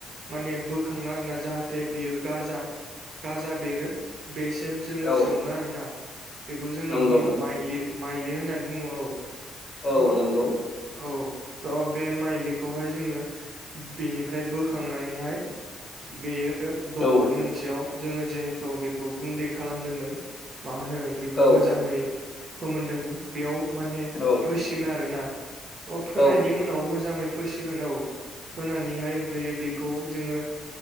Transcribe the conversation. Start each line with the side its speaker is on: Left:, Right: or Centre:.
Right: माने बोखाङो आरो ना जाहाथे बियो गाजा गाजा बेरो बेसिम जोङो
Left: औ
Right: सोमो आरोना। बेखौ जोङो
Left: नंगौ
Right: बुंङो माइलि माइलि होननानै बुंङो औ।
Left: औ
Right: थ'
Left: नंगौ।
Right: औ त' बे माइलिखौहाय जोङो बेनिफ्राय बोखांनानैहाय बेयो दबल
Left: औ नंगौ
Right: मोनसेयाव जोङो जिहेथु बेखौ गुन्दै खालामदोंमोन मा होनो बेखौ
Left: औ
Right: मोजाङै फोमोनदोंमोन बेयाव माने
Left: औ
Right: फोसिगोन आरोना अ फोनायनि
Left: औ
Right: उनाव मोजाङै फोसिगोन औ फोनानैहाय ओमफ्रायो बेखौ जोङो